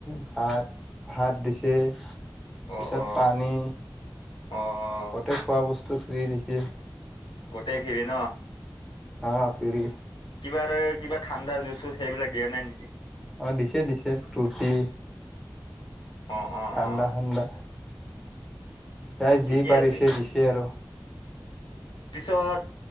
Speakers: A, in the centre; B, on the left (about 75°).
A: ভাত-ভাত দিছে। পিছত
B: অ অ
A: পানী
B: অ অ
A: গতে খোৱা বস্তু খ্ৰী দিছি।
B: গোটেই ফিৰি ন।
A: অ, ফ্ৰৰি।
B: কিবা-কিবা ঠাণ্ডা জুচ চুচ সেইবিলাক দিয়া নাই নেকি?
A: অ, দিছে - দিছে ফ্টোতি।
B: অ অ
A: ঠাণ্ডা-ঠাণ্ডা।
B: অ
A: তাই
B: ঠিকে
A: যি পাৰিছে
B: আছে
A: দিছে আৰু।
B: পিছত